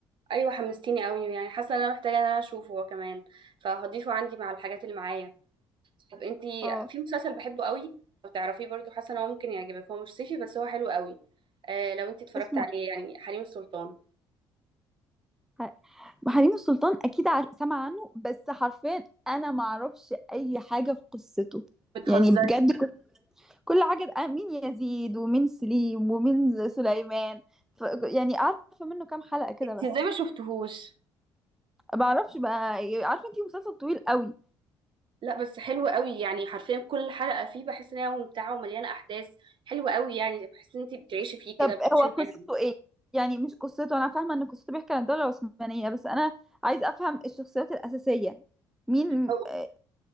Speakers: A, on the right (about 50°); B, in the centre.
A: ايوه حمستيني قوي يعني حاسه ان انا محتاجه ان انا اشوفه هو كمان فهضيفه عندي مع الحاجات اللي معايا طب انتي
B: اه
A: في مسلسل بحبه قوي لو تعرفيه برضو حاسه ان هو ممكن يعجبك هو مش صيفي بس هو حلو قوي آه لو انتي اتفرجت
B: اسمه
A: عليه يعني حريم السلطان
B: ح- حريم السلطان اكيد عار... سمع عنه بس حرفيا انا ما اعرفش اي حاجة في قصته
A: بتهزري
B: يعني بجد كل كل حاجة آه، مين يزيد ومين سليم ومين سليمان ف... يعني عارفة منه كام حلقة كده
A: انتي
B: بس
A: ازاي ما شفتهوش
B: ما اعرفش بقى عارفة انتي مسلسل طويل قوي
A: لا بس حلو قوي يعني حرفيا كل حلقة فيه بحس ان هي ممتعة ومليانة احداث حلوة قوي يعني بحس ان انت بتعيشي فيه كده
B: طب
A: بتعيشي
B: هو قصته
A: معاهم
B: ايه يعني مش قصته انا فاهمه ان قصته بيحكي عن الدوله العثمانيه بس انا عايز افهم الشخصيات الاساسيه مين
A: أو-
B: آه،